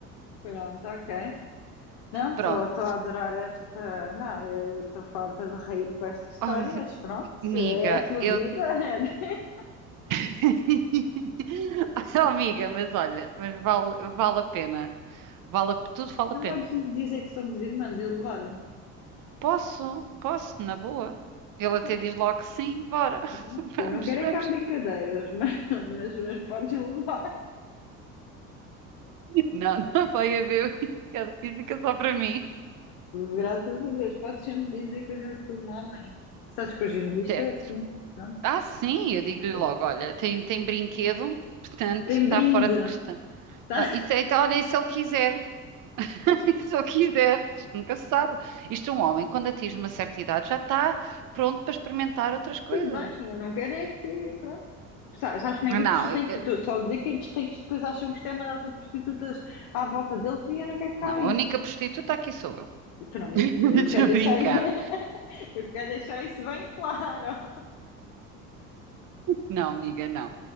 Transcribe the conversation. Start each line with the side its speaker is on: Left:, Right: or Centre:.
Left: Pronto, ok. Não, estou
Right: Pronto.
Left: a
Right: <laughs>
Left: adorar esta. Não, eu estou farta de rir com esta história,
Right: Oh,
Left: mas pronto,
Right: amiga,
Left: é a tua
Right: eu.
Left: vida. <laughs>
Right: <laughs> Oh, amiga, mas olha, mas vale, vale a pena. Vale, a- tudo vale
Left: Não
Right: a pena.
Left: podes lhe dizer que somos irmãs e levar-me.
Right: Posso, posso, na boa. Ele
Left: Então,
Right: até
Left: pronto.
Right: diz logo que sim, bora.
Left: E Pronto,
Right: <laughs> Vamos,
Left: eu não quero é
Right: vamos.
Left: que há brincadeiras, <laughs> mas, mas, mas podes levar.
Right: Não, <laughs> não vai haver. E fica só para mim.
Left: Graças a Deus, podes sempre dizer que eu já fui um homem. Sabes que hoje em dia isto
Right: Certo.
Left: é assim. Pronto,
Right: Ah, sim, eu digo-lhe
Left: é.
Right: logo, olha, tem, tem brinquedo, portanto,
Left: Tem
Right: está
Left: brinde,
Right: fora de questão.
Left: tá?
Right: Não,
Left: <laughs>
Right: isso, é- então, olha, e se ele quiser? <laughs> Se eu quiser, isto nunca se sabe. Isto é um homem, quando atinge uma certa idade, já está pronto para experimentar outras coisas.
Left: Tudo bem, eu não quero é que. Pronto. Sa- Sabes como é
Right: Ah,
Left: que
Right: Não,
Left: estes
Right: eu-
Left: ricos? Estou só a dizer que estes ricos depois acham que isto é uma data de prostitutas à volta deles e eu não quero cá
Right: não,
Left: isso.
Right: a única prostituta aqui sou eu.
Left: Pronto,
Right: <laughs>
Left: eu quero
Right: Estou a
Left: deixar
Right: brincar.
Left: isso, <laughs> eu quero deixar isso bem claro.
Right: Não, amiga, não.